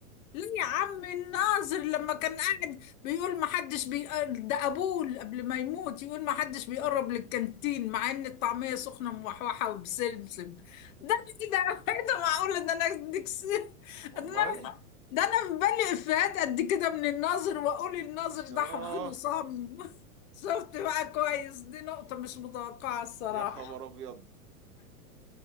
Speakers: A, on the left; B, on the right.
A: ليه يا عم الناظر لما كان قاعد بيقول ما حدش بيقرب ده ابوه قبل ما يموت يقول ما حدش بيقرب للكانتين مع ان الطعميه سخنه موحوحه وبسمسم ده ايه ده <laughs> إيه ده معقول ان انا اديك س- ده
B: والله
A: انا ده أنا في بالي افيهات قد كده من الناظر واقول الناظر
B: ياه
A: ده حافظينه صم <laughs> شفت بقى كويس دي نقطه مش متوقعه الصراحه
B: يا خبر ابيض